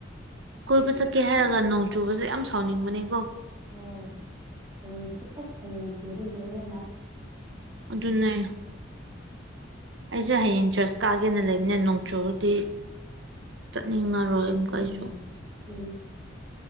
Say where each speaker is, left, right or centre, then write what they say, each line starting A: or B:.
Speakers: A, on the right; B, on the right.
A: ꯀꯣꯢꯕ ꯆꯠꯀꯦ ꯍꯥꯢꯔꯒ ꯅꯣꯡ ꯆꯨꯕꯁꯦ ꯌꯥꯝ ꯁꯥꯎꯅꯤꯡꯕꯅꯦꯀꯣ꯫
B: ꯍꯣꯢ ꯍꯌꯦꯡꯁꯨ ꯑꯁ ꯍꯌꯦꯡ ꯆꯨꯔꯗꯤ ꯂꯣꯢꯔꯦꯅ꯫
A: ꯑꯗꯨꯅꯦ ꯑꯩꯁꯦ ꯍꯌꯦꯡ ꯆꯔꯆ ꯀꯥꯒꯦꯅ ꯂꯩꯕꯅꯦ ꯅꯣꯡꯆꯨꯔꯗꯤ ꯆꯠꯅꯤꯡꯉꯔꯣꯢ꯫ ꯀꯩꯁꯨ
B: ꯎꯝ ꯑꯗꯨꯅꯦ